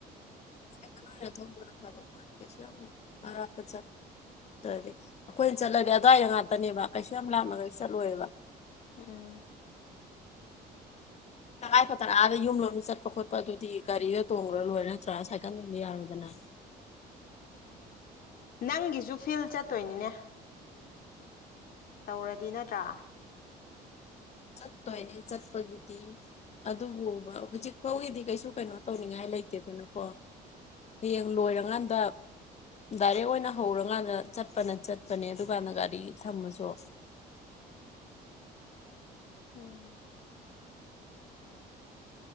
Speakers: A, on the left; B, on the left.
A: ꯁꯥꯏꯀꯜ ꯑꯣꯏꯅ ꯊꯧꯕꯅ ꯐꯗꯧ ꯃꯥꯜꯂꯦ ꯀꯩꯁꯨ ꯌꯥꯝꯅ ꯑꯔꯥꯞꯄ ꯆꯠ <unintelligible> ꯑꯩꯈꯣꯏꯅ ꯆꯠꯂꯗꯤ ꯑ꯭ꯋꯥꯏꯗ ꯉꯥꯛꯇꯅꯦꯕ ꯀꯩꯁꯨ ꯌꯥꯝ ꯂꯥꯞꯄꯅꯒꯗꯤ ꯆꯠꯂꯣꯏꯕ
B: ꯎꯝ
A: ꯇꯉꯥꯏ ꯐꯗꯅ ꯑꯥꯗ ꯌꯨꯝ ꯂꯣꯝꯗ ꯆꯠꯄ ꯈꯣꯠꯄꯗꯨꯗꯤ ꯒꯥꯔꯤꯗ ꯇꯣꯡꯉꯨꯔ ꯂꯣꯏꯔꯦ ꯅꯠꯇ꯭ꯔꯒ ꯁꯥꯏꯀꯜꯗꯗꯤ ꯌꯥꯔꯣꯢꯗꯅ꯫
B: ꯅꯪꯒꯤꯁꯨ ꯐꯤꯜ ꯆꯠꯇꯣꯏꯅꯤꯅꯦ ꯇꯧꯔꯗꯤ ꯅꯠꯇ꯭ꯔꯥ
A: ꯆꯠ ꯇꯏꯅꯦ ꯆꯠꯄꯒꯤꯇ ꯑꯗꯨꯕꯨ ꯍꯧꯖꯤꯛ ꯐꯥꯎꯒꯤꯗꯤ ꯀꯩꯁꯨ ꯀꯩꯅꯣ ꯇꯧꯅꯤꯡꯉꯥꯏ ꯂꯩꯇꯦꯗꯅꯀꯣ ꯍꯌꯦꯡ ꯂꯣꯏꯔꯀꯥꯟꯗ ꯗꯥꯏꯔꯦꯛ ꯑꯣꯏꯅ ꯍꯧꯔꯀꯥꯟꯗ ꯆꯠꯄꯅ ꯆꯠꯄꯅꯦ ꯑꯗꯨꯀꯥꯟꯗ ꯒꯥꯔꯤ ꯊꯝꯃꯁꯨ
B: ꯕꯎꯝ